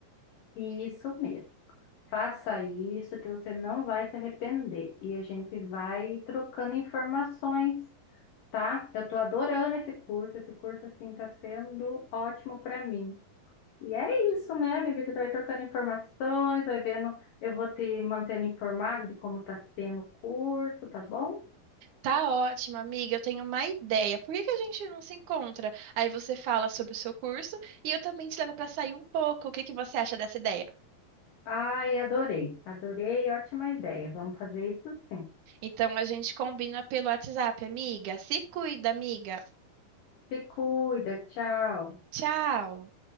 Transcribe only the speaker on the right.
Tá ótimo, amiga. Eu tenho uma ideia. Por que que a gente não se encontra? Aí você fala sobre o seu curso e eu também te levo pra sair um pouco. O que que você acha dessa ideia?
Então a gente combina pelo WhatsApp, amiga. Se cuida, amiga.
Tchau.